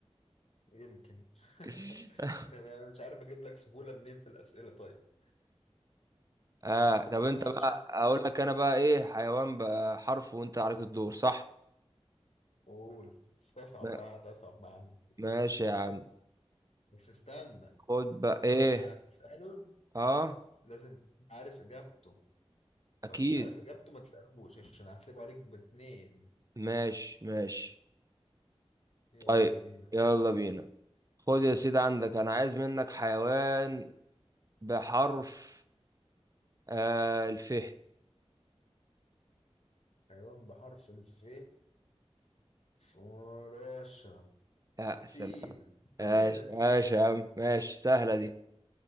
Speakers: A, on the left; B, on the right.
A: يمكن
B: <laughs>
A: <laughs> طب يعني انا مش عارف اجيب لك سهوله منين في الاسئله طيب
B: اه طب انت
A: ده انا عندي
B: بقى
A: شويه اسئله
B: اقول لك انا بقى ايه حيوان بقى حرف وانت عليك الدور صح
A: وقول استصعب
B: ما-
A: بقى هتصعب ما عندك كده
B: ماشي يا عم
A: بس استنى
B: خد بقى
A: السؤال
B: ايه
A: اللي هتساله
B: اه
A: لازم تكون عارف اجابته
B: اكيد
A: لو مش عارف اجابته ما تسالوش عشان هحسبه عليك باتنين
B: ماشي ماشي
A: يلا
B: طيب
A: بينا
B: يلا بينا خد يا سيدي عندك انا عايز منك حيوان بحرف آه الف
A: حيوان بحرف الف فراشة
B: يا
A: فيل
B: سلام ماشي
A: <laughs>
B: ماشي
A: فيل
B: يا عم ماشي سهلة دي